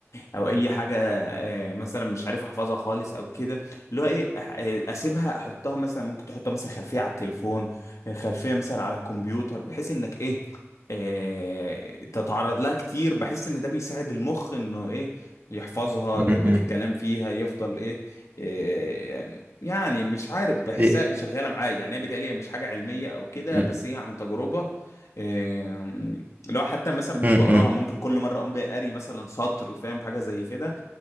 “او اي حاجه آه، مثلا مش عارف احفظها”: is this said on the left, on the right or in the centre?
Left